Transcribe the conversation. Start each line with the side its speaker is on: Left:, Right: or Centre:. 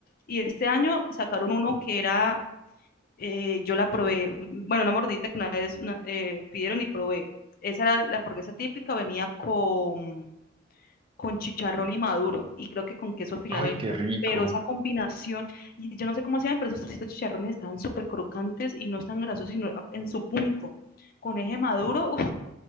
Left: y este año sacaron uno que era, eh, yo la probé, bueno, una mordita que una vez una- eh, pidieron y probé, esa era la hamburguesa típica, venía con con chicharrón y maduro y creo que con queso Filadelfia,
Right: Ay, qué rico.
Left: pero esa combinación, y yo no sé cómo hacían, pero esos trocitos de chicharrones estaban súper crocantes y no están grasos, sino en su punto. Con eje maduro, uf,